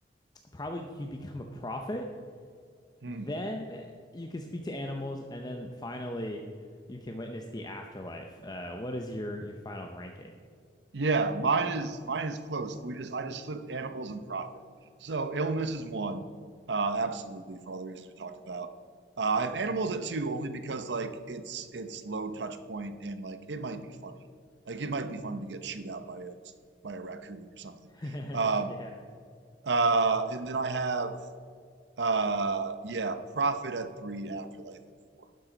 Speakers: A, on the left; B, on the right.
A: probably you'd become a prophet.
B: Hmm.
A: Then you can speak to animals, and then finally you can witness the afterlife. Uh, what is your your final ranking?
B: Yeah, mine is mine is close. We just I just flipped animals and profit. So illness is one, uh, absolutely for all the reasons we talked about. Uh, I have animals at two only because like it's it's low touch point and like it might be funny. Like it might be fun to get chewed out by a by a raccoon or something.
A: <laughs>
B: Um,
A: Yeah.
B: uh, and then I have Uh, yeah, Prophet at three, Afterlife at four.